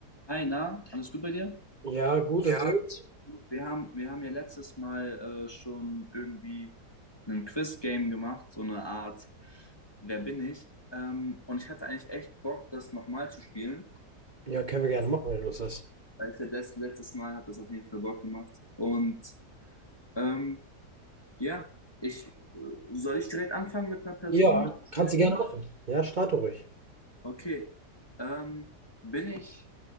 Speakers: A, on the left; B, on the right.
A: Hi, na, alles gut bei dir?
B: Ja, gut
A: Ja,
B: und sonst?
A: Wir haben, wir haben ja letztes Mal äh, schon irgendwie ein Quiz-Game gemacht, so eine Art Wer bin ich? Ähm, und ich hatte eigentlich echt Bock, das nochmal zu spielen.
B: Ja, können wir gerne machen, wenn du Lust hast.
A: Weil ich ja das letztes Mal hat das auf jeden Fall Bock gemacht. Und ähm, ja, ich äh, soll ich direkt anfangen mit einer Personenstellung?
B: Ja, kannst du gerne machen. Ja, starte ruhig.
A: Okay. Ähm, bin ich,